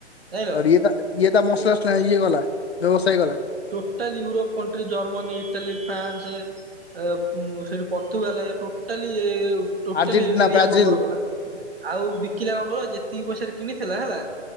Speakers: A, on the right (about 55°); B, on the left (about 60°).
A: ଦେଇଲ।
B: ଇଏତା ଇଏତା ମସଲା ଇଏଗଲା ବ୍ୟବସାୟ କଲା।
A: Totally Europe country, Germany, Italy, France ଏ ସେଉଠୁ Portugal totally totally
B: Argentina
A: area
B: Brazil
A: cover କଲା। ଆଉ ବିକିଲା ଲଙ୍ଗଳ ଯେତିକି ପଇସାାରେ କିଣିଥିଲା ହେଲା।